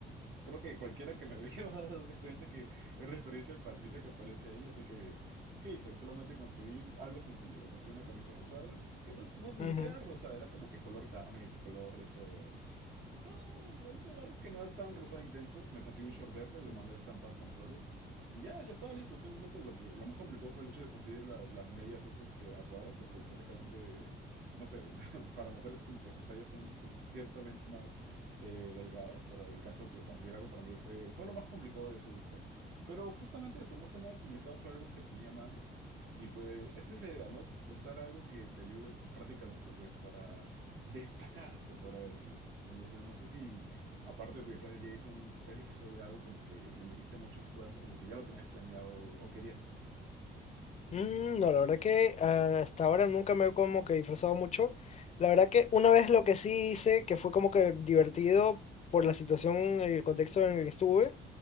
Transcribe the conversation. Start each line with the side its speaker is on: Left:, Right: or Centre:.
Right: creo que cualquiera que me <laughs> vea va a darse cuenta que es referencia al Patricio que aparece ahí. Así que, ¿qué hice? Solamente conseguí algo sencillo. Me conseguí una camisa rosada, que no, es- no- ni
Left: Ujú.
Right: siquiera era rosada, era como que color carne, co- color esto. co- Un color que no es tan rosado intenso. Me conseguí un short verde, lo mandé a estampar con flores. Y ya, ya estaba listo. Simplemente lo que lo más complicado fue el hecho de conseguir la- las medias esas que a cuadros, porque prácticamente, no sé, <laughs> para mujeres como que sus tallas son ciertamente más eh, delgadas, pero el caso, pues conseguir algo para mí fue, fue lo más complicado de ese disfraz. Pero justamente eso, no fue nada complicado, fue algo que tenía a mano. Y pues esa es la idea, ¿no? Usar algo que te ayude prácticamente pues para destacar, se podría decir. Entonces, no sé si aparte de tu disfraz de Jason, te has disfrazado de algo como que le metiste mucho esfuerzo, como que ya lo tenías planeado o querías hacer.
Left: Mm, No, la verdad que ah, hasta ahora nunca me he como que disfrazado mucho. La verdad que una vez lo que sí hice, que fue como que divertido por la situación, el contexto en el que estuve,